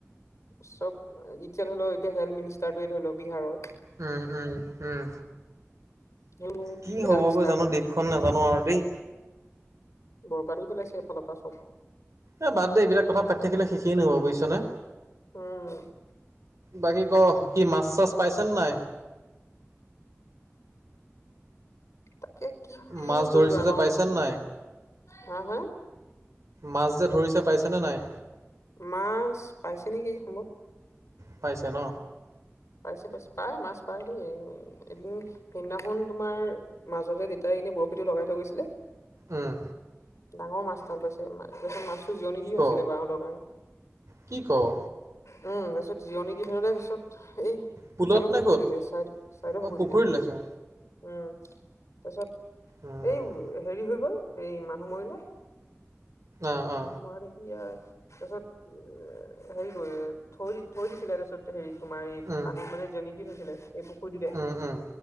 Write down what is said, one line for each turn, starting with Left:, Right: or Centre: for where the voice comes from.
Left: চব, এতিয়া ধৰি ল, এতিয়া হেল্থ মিনিষ্টাৰটোৱে, ধৰি ল, বিহাৰৰ
Right: উম, উম, উম।
Left: হেল্থ
Right: কি হব
Left: মিনিষ্টাৰ
Right: গৈ জানো,
Left: নে
Right: দেশখন নাজানো আৰু দেই।
Left: বৰবাদ কৰি পেলাইছে এফালৰ পৰা চব
Right: এই বাদ দে। এইবিলাক কথা পাতি থাকিলে শেষে ন'হব বুজিছনে?
Left: উম
Right: বাকী ক কি মাছ চাছ পাইছেনে নাই?
Left: তাকে কি কিনো
Right: মাছ ধৰিছে
Left: কৰিবা
Right: যে
Left: ন
Right: পাইছে নে নাই?
Left: হা হা?
Right: মাছ যে ধৰিছে পাইছেনে নাই?
Left: মাছ পাইছে নেকি সম্ভৱ।
Right: পাইছে ন?
Left: পাইছে পাইছে পাই মাছ পাই দেই এদিন সেইদিনাখন তোমাৰ মাজতে দেতাই এনে বৰশীটো লগাই থৈ গৈছিলে,
Right: উম।
Left: ডাঙৰ মাছ ভাল পাইছে মাছটো জিৰণি
Right: কি
Left: দি
Right: ক?
Left: হৈছিলে বাহঁতৰ কাৰণে।
Right: কি কওঁ?
Left: উম, তাৰিছত জিৰণি দি ধৰিলে তাৰপিছত। এই
Right: পুলত
Left: আমাৰ
Right: নে
Left: পুখুৰীটো
Right: ক'ত?
Left: টে চাইদ-চাইদৰ
Right: অ
Left: পুখুৰীটো
Right: পুখুৰীত
Left: টে।
Right: ওলাইছে।
Left: উম, তাৰপিছত
Right: উম।
Left: এই হেৰি হৈ গ'ল। এই মানুহ মৰিলে।
Right: অ অ।
Left: মানুহ মৰা দেখি আৰু তাৰপিছত উ হেৰি কৰি থৈ দি থৈ দিছিলে তাৰ পিছত হেৰি তোমাৰ এই
Right: উম।
Left: পানীত মানে জনিট দি থৈছিলে এই পুখুৰীটোতে
Right: উম উম।